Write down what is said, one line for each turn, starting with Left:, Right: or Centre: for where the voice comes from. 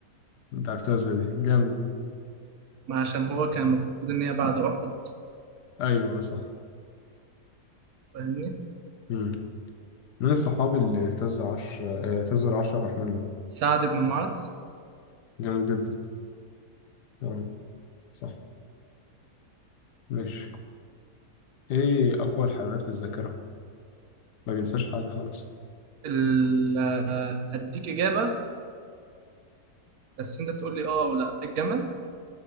Left: أنت عرفتها إزاي دي؟ جامد دي
Right: ما عشان هو كان المفروض ان هي بعد احد
Left: أيوه آه، صح
Right: فاهمني
Left: مم. من الصحابي اللي اهتز عرش آه، اهتز العرش الرحمن له
Right: سعد بن معاذ
Left: جامد جدا تمام صح ماشي إيه أقوى الحيوانات في الذاكرة؟ ما بينساش حاجة خالص
Right: ال... هديك إجابة بس أنت تقول لي آه أو لأ الجمل